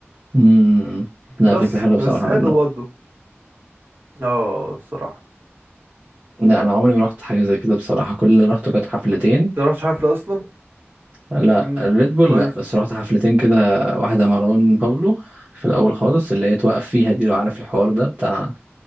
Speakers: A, on the right; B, on the right.
A: امم لا
B: بس
A: فكرة حلوة بصراحة
B: بس حلو
A: منه
B: برضه اه الصراحة
A: لا انا عمري ما رحت حاجة زي كده بصراحة كل اللي رحته كانت حفلتين
B: انت رحتش حفلة اصلا
A: لا
B: امم
A: ريد بول
B: كويس
A: لا بس رحت حفلتين كده واحدة مروان بابلو في الاول خالص اللي هي توقف فيها دي لو عارف الحوار ده بتاع